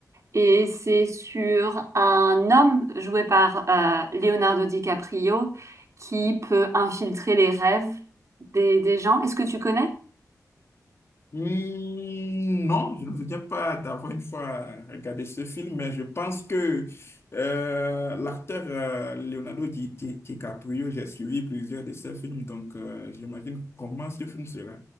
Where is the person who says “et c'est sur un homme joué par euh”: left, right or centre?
Right